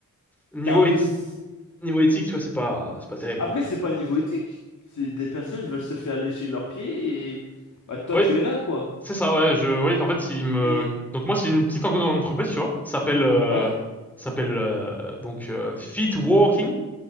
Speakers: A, in the centre; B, on the left.
A: Niveau
B: t'es un peu.
A: éthi-
B: s-
A: Niveau éthique, tu vois, c'est pas, c'est pas terrible,
B: Après,
A: quoi.
B: c'est pas niveau éthique. C'est des personnes veulent se faire lécher leurs pieds et. Bah, toi,
A: Oui,
B: tu es là, quoi.
A: c'est ça, ouais, je, oui, en fait, il me,
B: Mais.
A: donc moi, c'est une petite en- entreprise, tu vois, ça s'appelle, euh,
B: Ouais?
A: ça s'appelle, euh, donc, euh, Fit Walking